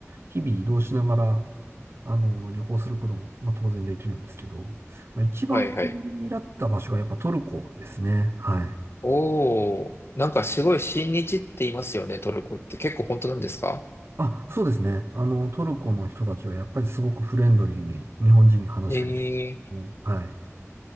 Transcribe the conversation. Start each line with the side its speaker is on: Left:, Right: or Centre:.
Right: 日々移動しながら、あのー、旅行することも、まあ、当然できるんですけど、まあ、一番お気だった場所はやっぱトルコですね。
Left: はいはい。
Right: はい。
Left: おー、なんかすごい親日って言いますよね、トルコって。結構本当なんですか
Right: あ、そうですね。あの、トルコの人たちはやっぱりすごくフレンドリーに日本人に話しかけてくれるね、
Left: えー、
Right: はい。